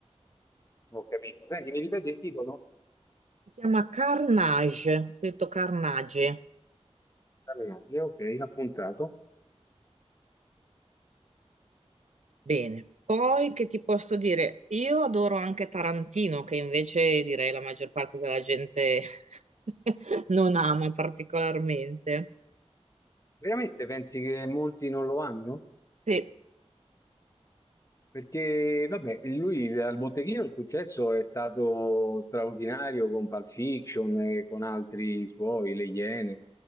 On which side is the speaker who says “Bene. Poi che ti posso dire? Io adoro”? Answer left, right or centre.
Right